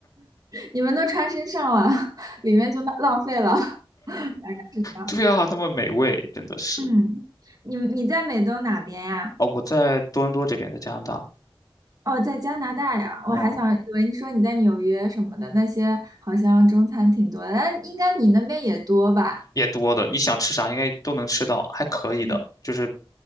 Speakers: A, on the right; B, on the left.
A: 你们都穿身上了，<laughs> 里面就浪浪费了。<laughs> 是的，
B: 对啊，那么美味，真的是
A: 嗯，你你在美东哪边呀？
B: 哦。我在多伦多这边，在加拿大，
A: 哦，在加拿大呀。
B: 哦，
A: 我还想以为你说你在纽约什么的，那些好像中餐挺多的，但应该你那边也多吧？
B: 也多的，你想吃啥应该都能吃到，还可以的。
A: 嗯，
B: 就是